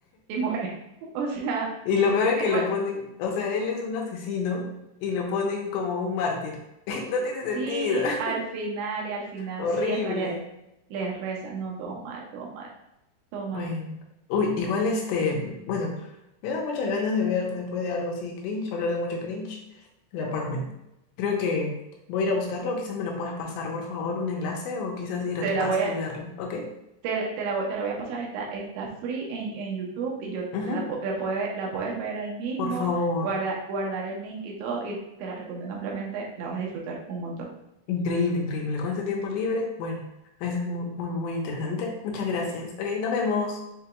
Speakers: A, on the right (about 85°); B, on the left (about 80°).
A: y muere. <laughs> O sea,
B: Y lo peor es
A: que
B: que
A: fal
B: lo ponen, o sea, él es un asesino y lo ponen como un mártir. <laughs> No tiene sentido.
A: Sí,
B: <laughs>
A: al final y al final,
B: Horrible.
A: sí, hasta le, les rezan, no, todo mal, todo mal, todo mal.
B: Bueno, uy, igual este, bueno, me da muchas ganas de ver después de algo así cringe, hablar de mucho cringe, el apartment. Creo que voy a ir a buscarlo, o quizás me lo puedas pasar, por favor, un enlace, o quizás ir
A: Te
B: a tu
A: la
B: casa
A: voy a,
B: y verlo, ¿ok?
A: Te, la- te la, voy- te la voy a pasar, está, está free en, en YouTube y yo
B: Ujú,
A: la, pu- la, puede- la puedes ver ahí mismo,
B: Por favor,
A: guarda- guardar el link y todo, y te la recomiendo ampliamente, la vas a disfrutar un montón.
B: increíble, increíble. Con este tiempo libre, bueno, eso es muy, muy, muy interesante. Muchas gracias. Ok, nos vemos.